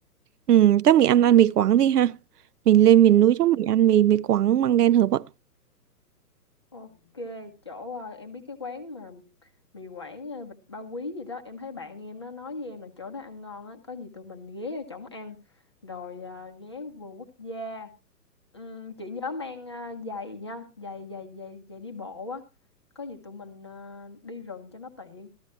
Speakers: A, on the right (about 70°); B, on the left (about 15°).
A: ừ chắc mình ăn ăn mì Quảng đi ha mình lên miền núi chắc mình ăn mì mì Quảng măng đen hợp á
B: Ok, chỗ ờ, em biết cái quán mà mì Quảng ờ, vịt ba quý gì đó, em thấy bạn em nó nói với em là chỗ đó ăn ngon á, có gì tụi mình ghé ở chỗ ăn rồi ờ, ghé vườn quốc gia. Ừm, chị nhớ mang ờ, giày nha, giày giày giày giày đi bộ á. Có gì tụi mình ờ, đi rừng cho nó tiện.